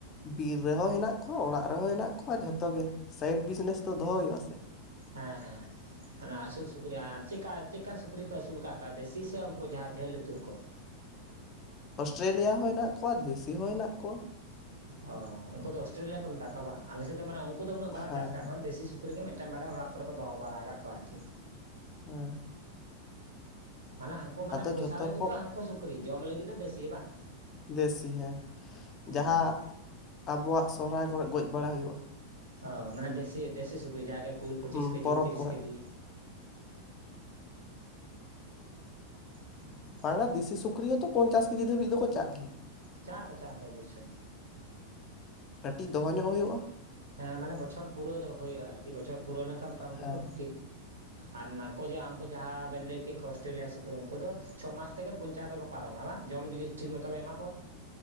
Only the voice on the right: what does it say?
ᱦᱮᱸ ᱦᱮᱸ ᱚᱱᱟ ᱟᱹᱥᱩᱞ ᱥᱩᱠᱨᱤ ᱟᱨ ᱪᱠᱟ ᱪᱮᱫ ᱠᱟᱱ ᱥᱩᱠᱨᱤ ᱯᱮ ᱟᱹᱥᱩᱞ ᱟᱠᱟᱫ ᱠᱚᱣᱟ ᱫᱮᱥᱤ ᱥᱮ ᱩᱱᱠᱩ ᱡᱟᱦᱟᱸ ᱡᱷᱟᱹᱞ ᱞᱩᱛᱩᱨ ᱠᱚ
ᱚ ᱩᱱᱠᱩ ᱫᱚ ᱚᱥᱴᱨᱮᱞᱤᱭᱟ ᱠᱚ ᱢᱮᱛᱟ ᱠᱚᱣᱟ ᱵᱟᱝ ᱟᱞᱮ ᱥᱮᱫ ᱫᱚ ᱢᱟᱱᱮ ᱩᱱᱠᱩ ᱫᱚ ᱩᱱᱟᱹᱜ ᱵᱟᱞᱮ
ᱪᱟᱥ ᱟᱠᱟᱫ ᱠᱚᱣᱟ ᱫᱮᱥᱤ ᱥᱩᱠ ᱩᱠᱨᱤ ᱜᱮ ᱢᱤᱫᱴᱟᱝ ᱵᱟᱨᱭᱟ ᱚᱲᱟᱜ ᱠᱚᱨᱮ ᱠᱚ ᱫᱚᱦᱚ ᱵᱟᱲᱟ ᱟᱠᱟᱫ ᱠᱚᱣᱟ ᱟᱨᱠᱤ
ᱢᱟᱱᱮ ᱦᱟᱱᱠᱩ ᱢᱟᱱᱮ
ᱯᱚᱭᱥᱟ
ᱞᱟᱹᱜᱤᱫ
ᱫᱚ ᱦᱟᱱᱠᱚ ᱥᱩᱠᱨᱤ ᱡᱚᱢ ᱞᱟᱹᱜᱤᱫ ᱫᱚ ᱫᱮᱥᱤ ᱵᱟᱝ
ᱦᱩᱸ
ᱚ ᱢᱟᱱᱮ ᱫᱮᱥᱤ ᱫᱮᱥᱤ ᱥᱩᱠᱨᱤ ᱡᱟᱜᱮ ᱠᱩᱲᱤ ᱯᱚᱸᱪᱤᱥ
ᱠᱮᱡᱤ
ᱛᱤᱨᱤᱥ
ᱠᱮᱡᱤ <inaudible>
ᱪᱟᱜ ᱟᱠᱚ ᱪᱟᱜ ᱟᱠᱚ ᱚᱵᱚᱥᱳᱭ᱾
ᱦᱮᱸ ᱢᱟᱱᱮ ᱵᱚᱪᱷᱚᱨ ᱯᱩᱨᱟᱹ ᱫᱚ ᱦᱩᱭᱩᱜᱼᱟ ᱟᱨᱠᱤ ᱵᱚᱪᱷᱚᱨ ᱯᱩᱨᱟᱹᱣ ᱞᱮᱱᱠᱷᱟᱱ ᱢᱚᱴᱟᱢᱩᱴᱤ
ᱠᱚ <unintelligible> ᱟᱨ ᱱᱟᱠᱚ ᱡᱟᱦᱟᱸ ᱦᱟᱱᱠᱩ ᱡᱟᱦᱟᱸ ᱵᱮᱱ ᱞᱟᱹᱭ ᱠᱮᱫ ᱠᱚᱣᱟ ᱚᱥᱴᱨᱮᱞᱤᱭᱟ ᱥᱩᱠᱨᱮ ᱩᱱᱠᱩ ᱫᱚ ᱪᱷᱚ ᱢᱟᱥ ᱛᱮᱜᱮ ᱯᱚᱧᱪᱟᱥ ᱫᱚᱠᱚ ᱯᱟᱨᱚᱢᱟ ᱵᱟᱝ ᱡᱚᱢ ᱡᱩᱫᱤ ᱴᱷᱤᱠ ᱢᱚᱛᱚᱢ ᱮᱢᱟ ᱠᱚᱣᱟ